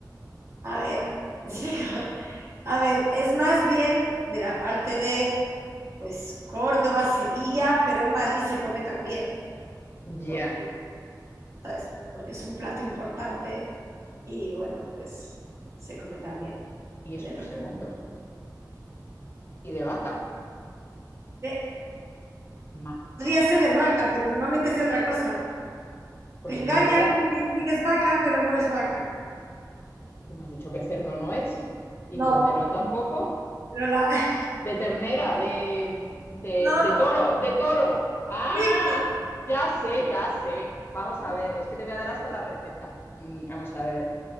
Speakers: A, on the right; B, on the left.
A: A ver, <laughs> sí, a ver, es más bien de la parte de, pues, Córdoba, Sevilla, pero en Madrid se come también.
B: Ya,
A: porque ¿sabes? Porque es un plato importante y bueno, pues se come también
B: y
A: en
B: es
A: el
B: un
A: restaurante.
B: segundo. ¿Y de vaca?
A: Eh,
B: Ma-
A: Podría ser de vaca, pero normalmente es de otra cosa.
B: Pues
A: Te engañan,
B: si no es de vaca,
A: dicen que es vaca, pero no es vaca.
B: y me has dicho que cerdo no es y
A: No,
B: cordero tampoco.
A: pero la... <laughs>
B: De ternera, de, de,
A: No,
B: de toro, de toro. Ah,
A: sí,
B: ya sé, ya sé. Vamos a ver, es que te voy a dar hasta la receta. Mm, Vamos a ver.